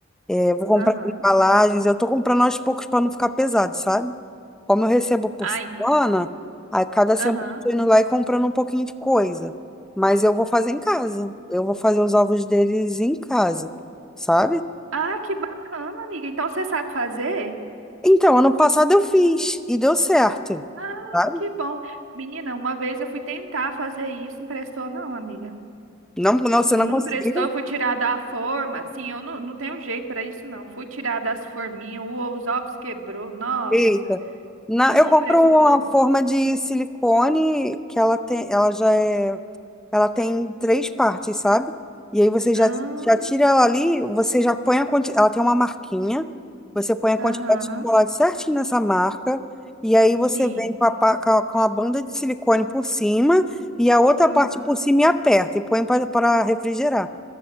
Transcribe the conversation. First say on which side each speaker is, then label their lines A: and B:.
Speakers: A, in the centre; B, on the right.
A: é, vou comprar
B: aham.
A: as embalagens, eu tô comprando aos poucos para não ficar pesado, sabe? Como eu recebo por
B: Ah,
A: semana,
B: entendi.
A: a cada semana
B: Aham.
A: eu tô indo lá e comprando um pouquinho de coisa. Mas eu vou fazer em casa. Eu vou fazer os ovos deles em casa, sabe?
B: Ah, que bacana, amiga. Então você sabe fazer?
A: Então, ano passado eu fiz e deu certo,
B: Ah,
A: sabe?
B: que bom. Menina, uma vez eu fui tentar fazer isso, não prestou não, amiga.
A: Não, não, você
B: Não
A: não conseguiu?
B: prestou, fui tirar da forma. Assim, eu não, não tenho jeito para isso não. Fui tirar das forminhas, o- os ovos quebrou. Nossa,
A: Eita. Não,
B: não
A: eu compro
B: prestou
A: uma
B: não.
A: forma de silicone que ela tem, ela já é, ela tem três partes, sabe? E aí você
B: Ah,
A: já, já tira ela ali, você já põe a quantidade, ela tem uma marquinha, você põe a
B: Aham,
A: quantidade de chocolate certinho nessa marca, e aí você
B: sim.
A: vem com a, pa- com a, com a banda de silicone por cima e a outra
B: Aham.
A: parte por cima e aperta e põe para refrigerar.